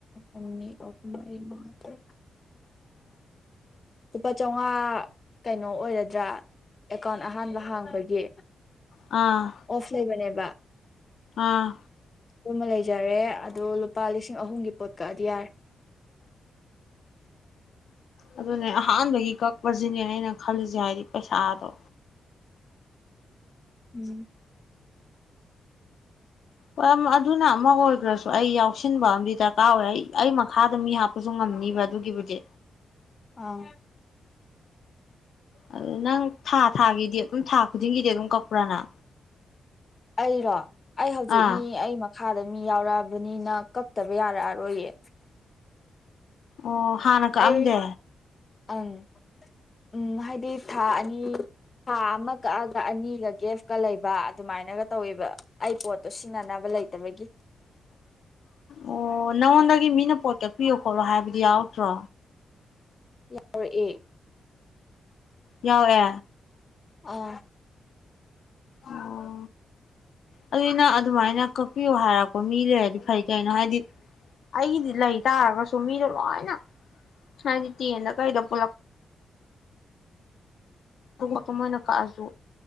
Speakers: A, on the left; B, on the left.
A: ꯑꯅꯤ ꯑꯍꯨꯝ ꯃꯔꯤꯉꯥ ꯇꯔ ꯂꯨꯄꯥ ꯆꯝꯃꯉꯥ ꯀꯩꯅꯣ ꯑꯣꯏꯒꯗ꯭ꯔꯥ ꯑꯦꯀꯥꯎꯟ ꯑꯍꯥꯟꯕ ꯍꯥꯡꯕꯒꯤ
B: ꯑꯥ
A: ꯑꯣꯐ ꯂꯩꯕꯅꯦꯕ
B: ꯑꯥ
A: ꯑꯗꯨꯃ ꯂꯩꯖꯔꯦ ꯑꯗꯣ ꯂꯨꯄꯥ ꯂꯤꯁꯤꯡ ꯑꯍꯨꯝꯒꯤ ꯄꯣꯠ ꯀꯛꯑꯗꯤ ꯌꯥꯔꯦ
B: ꯑꯗꯨꯅꯦ ꯑꯍꯥꯟꯕꯒꯤ ꯀꯛꯄꯁꯤꯅꯦ ꯑꯩꯅ ꯈꯜꯂꯤꯁꯦ ꯍꯥꯏꯗꯤ ꯄꯩꯁꯥꯗꯣ
A: ꯎꯝ
B: ꯍꯣꯏ ꯑꯗꯨꯅ ꯑꯃ ꯑꯣꯏꯈ꯭ꯔꯁꯨ ꯑꯩ ꯌꯥꯎꯁꯤꯟꯕ ꯑꯃꯗꯤ ꯗꯔꯀꯥꯔ ꯑꯣꯏ ꯑꯩ ꯑꯩ ꯃꯈꯥꯗ ꯃꯤ ꯍꯥꯞꯄꯁꯨ ꯉꯝꯅꯤꯕ ꯑꯗꯨꯒꯤꯕꯨꯗꯤ
A: ꯑꯥ
B: ꯑꯗꯨ ꯅꯪ ꯊꯥ ꯊꯥꯒꯤꯗꯤ ꯑꯗꯨꯝ ꯊꯥ ꯈꯨꯗꯤꯡꯒꯤꯗꯤ ꯑꯗꯨꯝ ꯀꯛꯄ꯭ꯔꯥꯅ
A: ꯑꯩꯔꯣ ꯑꯩ ꯍꯧꯖꯤꯛ
B: ꯑꯥ
A: ꯃꯤ ꯑꯩ ꯃꯈꯥꯗ ꯃꯤ ꯌꯥꯎꯔꯛꯑꯕꯅꯤꯅ ꯀꯛꯇꯕ ꯌꯥꯔꯛꯑꯔꯣꯏꯌꯦ
B: ꯑꯣ ꯍꯥꯟꯅ ꯀꯛꯑꯝꯗꯦ
A: ꯑꯩ ꯑꯪ ꯎꯝ ꯍꯥꯏꯗꯤ ꯊꯥ ꯑꯅꯤ ꯊꯥ ꯑꯃ ꯀꯛꯑꯒ ꯑꯅꯤꯒ ꯒꯦꯐꯀ ꯂꯩꯕ ꯑꯗꯨꯃꯥꯏꯅꯒ ꯇꯧꯋꯦꯕ ꯑꯩ ꯄꯣꯠꯇꯣ ꯁꯤꯟꯅꯅꯕ ꯂꯩꯇꯕꯒꯤ
B: ꯑꯣ ꯅꯪꯉꯣꯟꯗꯒꯤ ꯃꯤꯅ ꯄꯣꯠ ꯀꯛꯄꯤꯌꯣ ꯈꯣꯠꯂꯣ ꯍꯥꯏꯕꯗꯤ ꯌꯥꯎꯔꯛꯇ꯭ꯔꯣ
A: ꯌꯥꯎꯔꯛꯑꯦ
B: ꯌꯥꯎꯦ
A: ꯑꯥ
B: ꯑꯣ ꯑꯗꯨꯒꯤꯅ ꯑꯗꯨꯃꯥꯏꯅ ꯀꯛꯄꯤꯌꯣ ꯍꯥꯏꯔꯛꯄ ꯃꯤ ꯂꯩꯔꯗꯤ ꯐꯩ ꯀꯩꯅꯣ ꯍꯥꯏꯗꯤ ꯑꯩꯗꯂ ꯑꯩ ꯇꯥꯔꯒꯁꯨ ꯃꯤꯗꯣ ꯂꯣꯏꯅ ꯍꯥꯏꯗꯤ ꯇꯦꯟꯗ ꯀꯩꯗ ꯄꯨꯂꯛꯄ ꯈꯣꯠꯄ ꯃꯣꯏꯅ ꯀꯛꯑꯁꯨ